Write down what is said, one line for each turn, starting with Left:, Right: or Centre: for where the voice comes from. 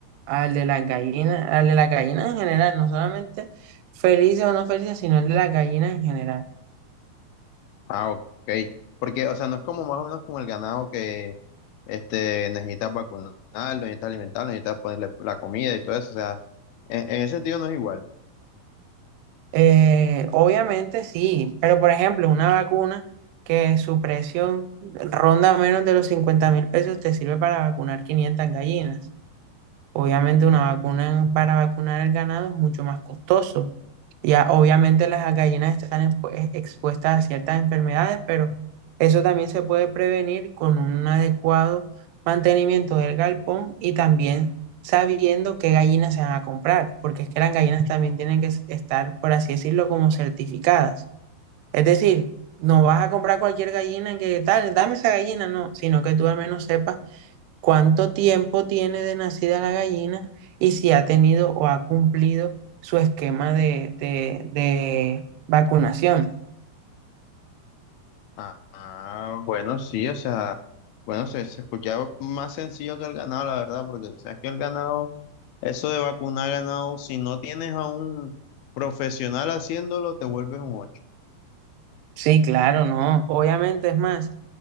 Right: Al de las gallinas, al de las gallinas en general, no solamente felices o no felices, sino el de las gallinas en general.
Left: Ah, ok. Porque, o sea, no es como más o menos como el ganado que este, necesitas vacunarlo, necesitas alimentarlo, necesitas ponerle la comida y todo eso. O sea, en en ese sentido no es igual.
Right: Eh, obviamente sí, pero por ejemplo, una vacuna que su precio ronda menos de los cincuenta mil pesos te sirve para vacunar 500 gallinas. Obviamente una vacuna para vacunar el ganado es mucho más costoso. Ya obviamente las gallinas están expu- eh, expuestas a ciertas enfermedades, pero eso también se puede prevenir con un adecuado mantenimiento del galpón y también sabiendo qué gallinas se van a comprar, porque es que las gallinas también tienen que s- estar, por así decirlo, como certificadas. Es decir, no vas a comprar cualquier gallina que tal, dame esa gallina, no, sino que tú al menos sepas cuánto tiempo tiene de nacida la gallina y si ha tenido o ha cumplido su esquema de, de- de vacunación.
Left: Ah, ah, bueno, sí, o sea, bueno, se, se escuchaba más sencillo que el ganado, la verdad, porque sabes que el ganado, eso de vacunar ganado, si no tienes a un profesional haciéndolo, te vuelves un ocho.
Right: Sí, claro, no. Obviamente es más,